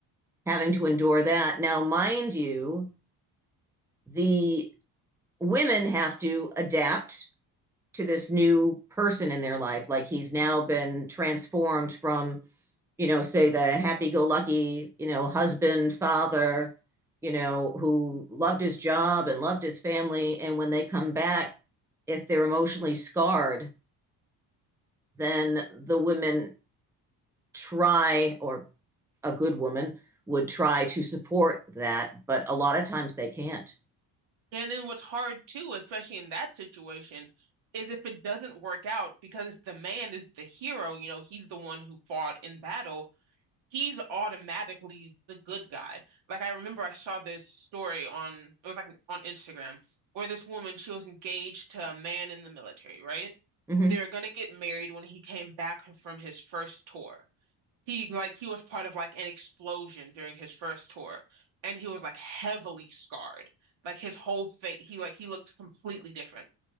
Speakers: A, in the centre; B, on the right (about 65°).
A: having to endure that. Now, mind you, the women have to adapt to this new person in their life like he's now been transformed from you know say the happy go lucky you know husband father you know who loved his job and loved his family and when they come back if they're emotionally scarred then the women try or a good woman would try to support that but a lot of times they can't
B: And then what's hard too, especially in that situation, is if it doesn't work out because the man is the hero, you know, he's the one who fought in battle, he's automatically the good guy. Like I remember I saw this story on it was like an- on Instagram where this woman, she was engaged to a man in the military, right?
A: mhm
B: They were gonna get married when he came back from his first tour. He like he was part of like an explosion during his first tour, and he was like heavily scarred. Like his whole face, he like he looked completely different.